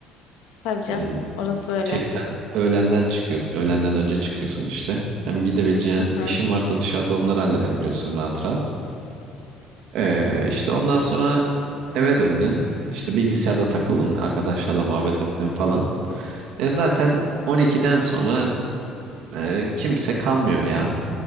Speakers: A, on the left; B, on the right.
A: Tabii canım
B: Ee,
A: orası öyle.
B: çeksen öğlenden çıkıyorsun. Öğlenden önce çıkıyorsun işte. Hem gidebileceğin
A: Hı hı.
B: işin varsa dışarıda onları halledebiliyorsun rahat rahat. Ee, işte ondan sonra eve döndün. İşte bilgisayarda takıldın. Arkadaşlarla muhabbet ettin falan. E zaten 12'den sonra e, kimse kalmıyor ya.